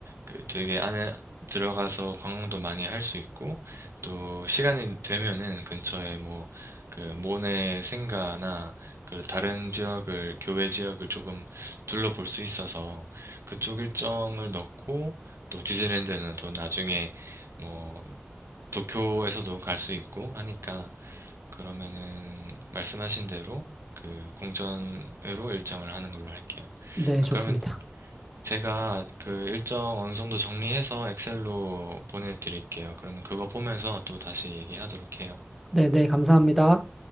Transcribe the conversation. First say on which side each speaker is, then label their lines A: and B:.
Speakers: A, on the right; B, in the centre.
A: 그 되게 안에 들어가서 관광도 많이 할 수 있고 또 시간이 되면은 근처에 뭐 그 모네 생가나 그 다른 지역을 교외 지역을 조금 둘러볼 수 있어서 그쪽 일정을 넣고 또 디즈니랜드는 또 나중에 뭐 도쿄에서도 갈 수 있고 하니까 그러면은 말씀하신 대로 그 공전으로 일정을 하는 걸로 할게요.
B: 네,
A: 아,
B: 좋습니다.
A: 그러면 제가 그 일정 어느 정도 정리해서 엑셀로 보내드릴게요. 그러면 그거 보면서 또 다시 얘기하도록 해요.
B: 네, 네, 감사합니다.